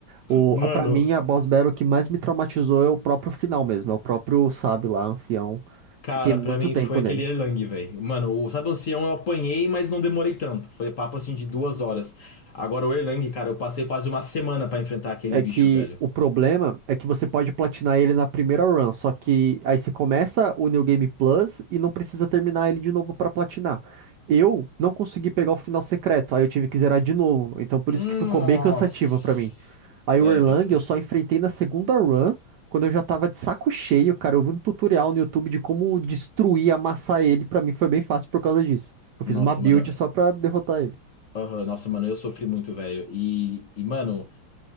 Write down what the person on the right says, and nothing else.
O,
a- pra mim, a boss battle que mais me traumatizou é o próprio final mesmo, é o próprio sábio lá, ancião.
Fiquei muito
tempo
nele.
É
que
o problema é que você pode platinar ele na primeira run, só que aí você começa o New Game Plus e não precisa terminar ele de novo pra platinar. Eu não consegui pegar o final secreto, aí eu tive que zerar de novo, então por
isso que ficou bem cansativo pra mim. Aí
o Erlang
eu
só enfrentei na segunda run, quando eu já tava de saco cheio, cara. Eu vi um tutorial no YouTube de como destruir, amassar ele. Pra mim foi bem fácil por causa disso. Eu fiz
uma build
só pra derrotar ele.